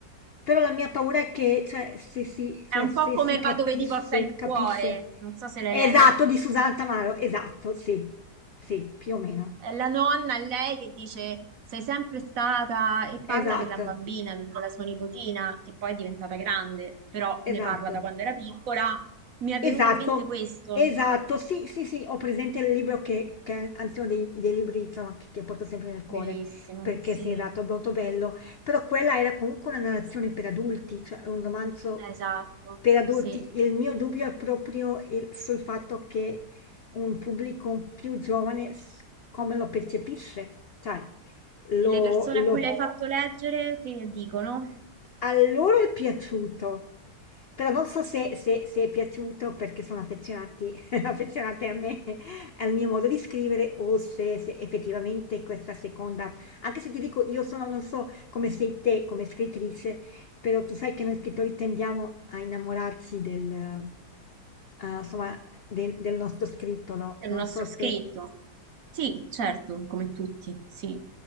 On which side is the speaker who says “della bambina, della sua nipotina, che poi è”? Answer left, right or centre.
Right